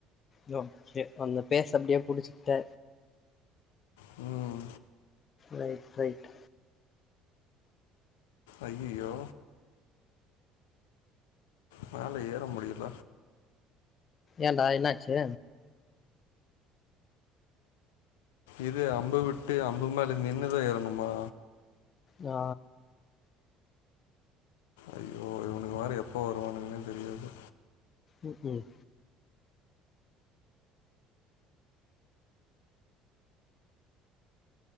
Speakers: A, on the left; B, on the left.
A: யோக்கே அந்த பேஸ் அப்டியே புடிச்சுக்டே
B: ம்
A: ரைட் ரைட்
B: ஐயய்யோ மேல ஏற முடியில
A: ஏன்டா என்னாச்சு
B: இது அம்பு விட்டு அம்பு மேல நின்னுதா ஏறணுமா
A: ஆ
B: ஐயோ இவனுங்க வேற எப்போ வருவானுங்குன்னே தெரியாது
A: ம் ம்